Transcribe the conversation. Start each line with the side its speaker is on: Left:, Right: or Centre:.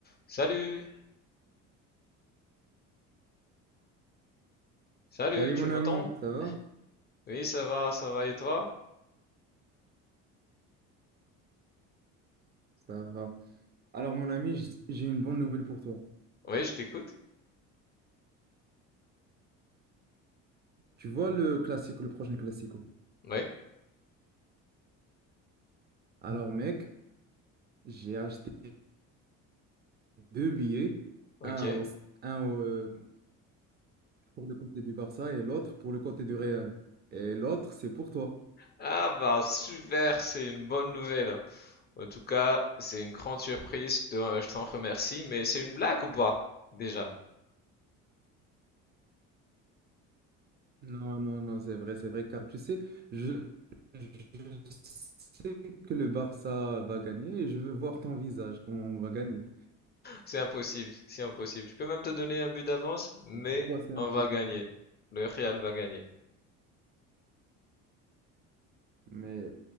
Left: Salut! Salut,
Right: Salut
Left: tu
Right: mon
Left: m'entends?
Right: ami, ça va?
Left: Oui, ça va, ça va, et toi?
Right: Ça va. Alors mon ami, j- j'ai une bonne nouvelle pour toi.
Left: Oui, je t'écoute.
Right: Tu vois le classico, le prochain classico.
Left: Oui,
Right: Alors mec, j'ai acheté deux billets,
Left: ok.
Right: un, au- un au, euh, pour le côté du Barça et l'autre pour le côté du Real. Et l'autre, c'est pour toi.
Left: Ah bah super, c'est une bonne nouvelle. En tout cas, c'est une grande surprise, te- euh, je t'en remercie, mais c'est une blague ou pas? Déjà,
Right: Non, non, non, c'est vrai, c'est vrai, car tu sais, je, je sais que le Barça va gagner et je veux voir ton visage quand on va gagner.
Left: c'est impossible, c'est impossible. Je peux même te donner un but d'avance, mais
Right: Pour toi, c'est impossible.
Left: on va gagner. Le Real va gagner.
Right: Mais